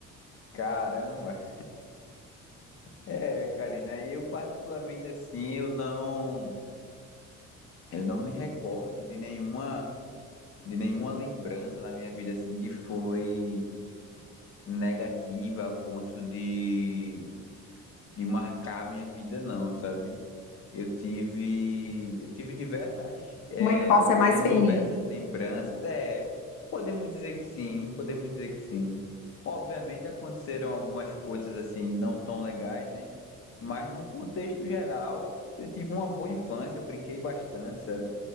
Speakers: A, on the left; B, on the left.
A: caramba. É, Karina, eu particularmente assim, eu não, eu não me recordo de nenhuma, de nenhuma lembrança na minha vida assim que foi negativa a ponto de, de marcar a minha vida, não, sabe? Eu tive, eu tive diversas, é,
B: Uma infância mais
A: tenho
B: feliz.
A: diversas lembranças. É, podemos dizer que sim, podemos dizer que sim. Obviamente aconteceram algumas coisas assim não tão legais, né? Mas num contexto geral, eu tive uma boa infância, eu brinquei bastante, sabe?